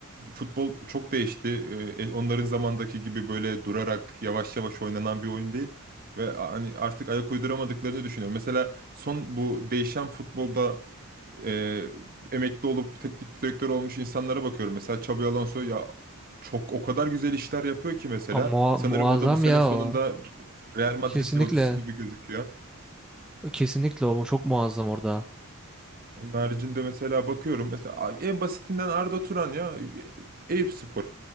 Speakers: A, on the right (about 40°); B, in the centre.
A: futbol çok değişti. E, e, Onların zamandaki gibi böyle durarak yavaş yavaş oynanan bir oyun değil. Ve a- hani artık ayak uyduramadıklarını düşünüyorum. Mesela son bu değişen futbolda e, emekli olup teknik direktör olmuş insanlara bakıyorum. Mesela Xabi Alonso ya çok o kadar güzel işler yapıyor ki mesela.
B: Ama mua-
A: Sanırım
B: muazzam
A: o da bu sene
B: ya
A: sonunda
B: o.
A: Real Madrid
B: Kesinlikle.
A: yolcusu gibi gözüküyor.
B: Kesinlikle o çok muazzam orada.
A: Onun haricinde mesela bakıyorum mesela en basitinden Arda Turan ya Eyüp Spor